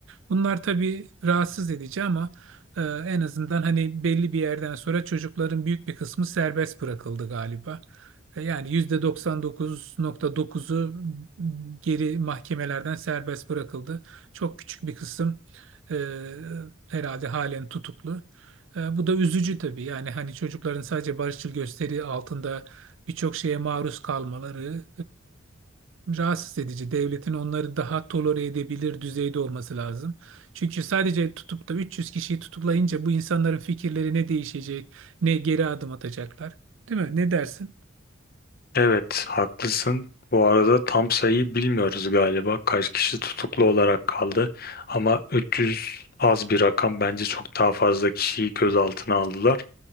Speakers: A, on the right; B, on the left.
A: Bunlar tabii rahatsız edici ama e, en azından hani belli bir yerden sonra çocukların büyük bir kısmı serbest bırakıldı galiba. E, Yani %99.9'u geri mahkemelerden serbest bırakıldı. Çok küçük bir kısım e, herhalde halen tutuklu. E, bu da üzücü tabii. Yani hani çocukların sadece barışçıl gösteri altında birçok şeye maruz kalmaları e, rahatsız edici. Devletin onları daha tolere edebilir düzeyde olması lazım. Çünkü sadece tutup da 300 kişiyi tutuklayınca bu insanların fikirleri ne değişecek, ne geri adım atacaklar. Değil mi? Ne dersin?
B: Evet, haklısın. Bu arada tam sayıyı bilmiyoruz galiba. Kaç kişi tutuklu olarak kaldı. Ama 300 az bir rakam. Bence çok daha fazla kişiyi gözaltına aldılar.